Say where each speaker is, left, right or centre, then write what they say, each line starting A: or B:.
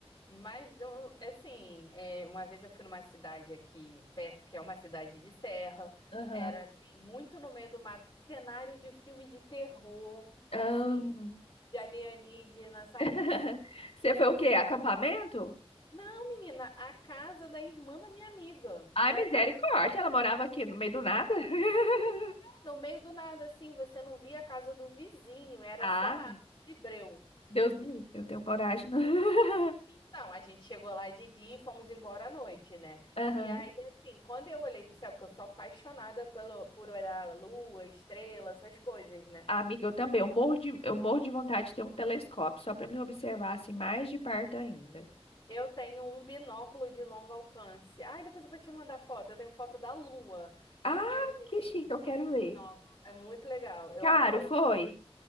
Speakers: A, on the left; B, on the left.
A: mas eu, assim, é, uma vez eu fui numa cidade aqui perto, que é uma cidade de serra,
B: Aham.
A: era assim, muito no meio do mato, cenário de filme de terror, assim,
B: Ahn.
A: de alienígena, sabe?
B: <laughs> Você
A: Você
B: foi
A: não
B: o quê?
A: via.
B: Acampamento?
A: Não, menina, a casa da irmã da minha amiga.
B: Ai,
A: Era
B: misericórdia,
A: lá,
B: ela morava aqui no meio do nada. <laughs>
A: no meio do nada, assim, você não via a casa do vizinho, era
B: Ah,
A: só a breu.
B: Deus me livre, eu tenho coragem. não. <laughs>
A: Então, a gente chegou lá de dia e fomos embora à noite, né?
B: Aham.
A: E aí, assim, quando eu olhei pro céu, porque eu sou apaixonada pelo, por olhar a lua, estrela, essas coisas, né?
B: Amiga, eu também. Eu morro de, eu morro de vontade de ter um telescópio, só para me observar assim mais de perto ainda.
A: Eu tenho um binóculo de longo alcance. Ai, depois eu vou te mandar foto. Eu tenho foto da lua
B: Ai,
A: que eu tirei
B: que chique, eu
A: nesse
B: quero
A: binóculo.
B: ver.
A: É muito legal, eu
B: Caro,
A: adoro.
B: foi?